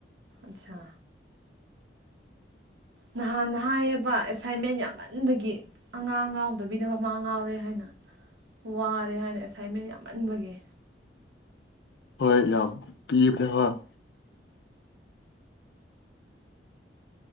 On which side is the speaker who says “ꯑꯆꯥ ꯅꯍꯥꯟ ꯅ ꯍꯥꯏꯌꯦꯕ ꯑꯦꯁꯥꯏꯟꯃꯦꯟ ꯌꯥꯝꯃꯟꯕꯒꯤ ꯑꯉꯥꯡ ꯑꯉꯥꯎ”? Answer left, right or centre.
Right